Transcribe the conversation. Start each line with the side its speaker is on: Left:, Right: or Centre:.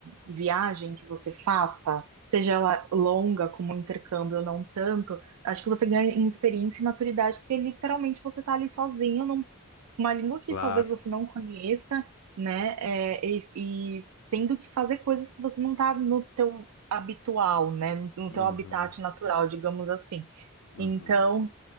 Right: viagem que você faça, seja ela longa, como um intercâmbio ou não tanto, acho que você ganha em experiência e maturidade, porque literalmente você está ali sozinho, num- numa língua que
Left: claro.
Right: talvez você não conheça, né? É, e, e tendo que fazer coisas que você não está no teu habitual, né? No
Left: Uhum,
Right: teu habitat natural, digamos assim.
Left: uhum.
Right: Então.